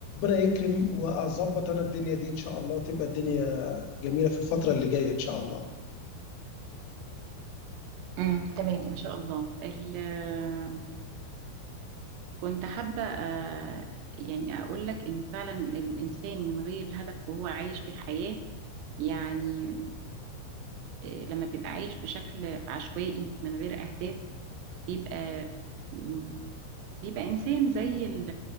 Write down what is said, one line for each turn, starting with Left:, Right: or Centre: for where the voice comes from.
Left: يكرم وأضبّط أنا الدنيا دي إن شاء الله، وتبقى الدنيا جميلة في الفترة اللي جاية إن شاء الله.
Right: امم تمام ان شاء الله ال- آه، كنت حابة آه، يعني اقول لك انه فعلا الانسان من غير هدف وهو عايش في الحياة يعني آه، لما بيبقى عايش بشكل عشوائي من غير اهداف بيبقى مم، بيبقى إنسان زي ال-